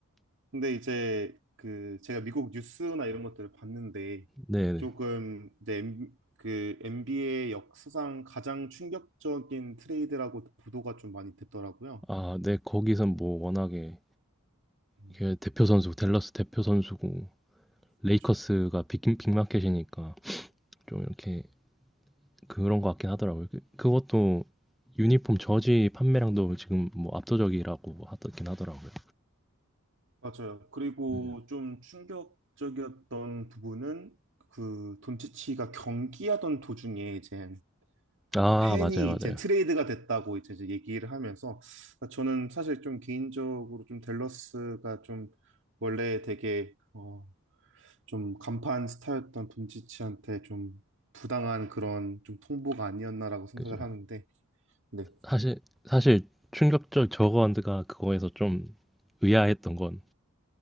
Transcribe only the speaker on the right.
근데 이제 그 제가 미국 뉴스나 이런 것들을 봤는데
조금 이제 엠- 그 NBA 역사상 가장 충격적인 트레이드라고 보도가 좀 많이 됐더라고요.
음,
그렇죠.
맞아요. 그리고
좀 충격적이었던 부분은 그 돈치치가 경기하던 도중에 이제 그
팬이
이제 트레이드가 됐다고 이제 이제 얘기를 하면서 아, 저는 사실 좀 개인적으로 좀 댈러스가 좀 원래 되게 어 좀 간판 스타였던 돈치치한테 좀 부당한 그런 좀 통보가 아니었나라고 생각을
하는데 네.